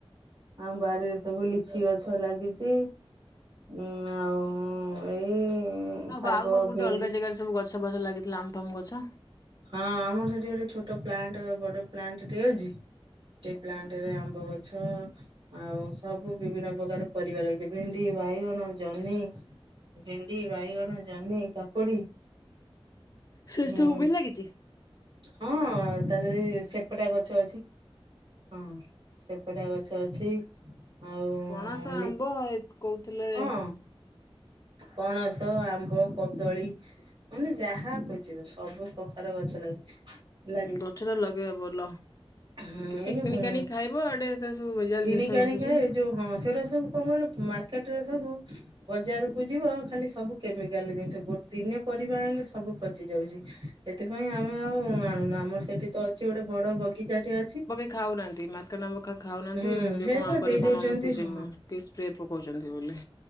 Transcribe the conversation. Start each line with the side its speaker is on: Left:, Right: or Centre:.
Right: ଆମ ବାରିରେ ସବୁ ଲିଚି ଗଛ ଲାଗିଚି। ଉଁ ଆଉ ଏଇ
Left: ଆଉ
Right: ଶାଗ
Left: ଆଉ ପା କୋଠେ
Right: ଭେଣ୍ଡି
Left: ଅଲଗ ଜାଗାରେ ସବୁ ଗଛ ବଛ ଲାଗିଥିଲା ଆମ୍ ଫାମ ଗଛ?
Right: ହଁ ଆମର ସେଠି ଗୋଟେ ଛୋଟ ପ୍ଲାଣ୍ଟ ବଡ ପ୍ଲାଣ୍ଟ ଟେ ଅଛି। ସେଇ ପ୍ଲାଣ୍ଟ ରେ ଆମ୍ବ ଗଛ ଆଉ ସବୁ ବିଭିନ୍ନ ପ୍ରକାର ପରିବା ଲାଗିଚି ଭେଣ୍ଡି ବାଇଗଣ ଜହ୍ନି। ଭେଣ୍ଡି ବାଇଗଣ ଜହ୍ନି କାକୁଡି
Left: ସେଷବୁ
Right: ହୁଁ
Left: ବି ଲାଗିଚି?
Right: ହଁ ତା ଦେହରେ ସେପଟା ଗଛ ଅଛି। ହଁ ସେପଟା ଗଛ ଅଛି। ଆଉ
Left: ପଣସ
Right: ଲି
Left: ଆମ୍ବ କହୁଥିଲେ
Right: ହଁ ପଣସ ଆମ୍ବ କଦଳୀ ମାନେ ଯାହା ଖୋଯିବ ସବୁ ପ୍ରକାର ଗଛ ଲାଗିଚି। ଲାଗିଚି
Left: ଗଛଟା ଲଗେଇବା ଭଲ।
Right: ହୁଁ
Left: କେତେ
Right: ଏ ଯୋଉ
Left: କିଣିକି ଆଣିକି ଖାଇବ ଆଡେ ଏଥିରେ ସବୁ ଭେଜାଲ
Right: କିଣିକି
Left: ଜିନିଷ
Right: ଆଣି
Left: ମିଶୁଛି।
Right: ଖାଇଏ ଯୋଉ ହ ସେ ର ସବୁ କଣ କଇଲୁ ମାର୍କେଟରେ ସବୁ ବଜାରକୁ ଯିବ ଖାଲି ସବୁ କେମିକାଲ ଜିନିଷ ଗୋଟେ ଦିନି ପରିବା ଆଣିଲେ ସବୁ ପଚି ଯାଉଚି। ସେଥିପାଇଁ ଆମେ ଆଉ ଆଣୁନୁ ଆମର ସେଠି ତ ଅଛି ଗୋଟେ ବଡ ବଗିଚାଟେ ଅଛି।
Left: ଖାଉହାନ୍ତି ମା <unintelligible> ଖାଉନାହାନ୍ତି
Right: ହୁଁ
Left: ଏବେ
Right: ସେ
Left: କଣ
Right: ପା
Left: ଆମ୍ବରେ
Right: ଦେଇ ଦଉଛନ୍ତି
Left: କଣ ମିଶୁଛି
Right: ହଁ।
Left: କି ସ୍ପ୍ରେ ପକଉଚନ୍ତି ବୋଲି।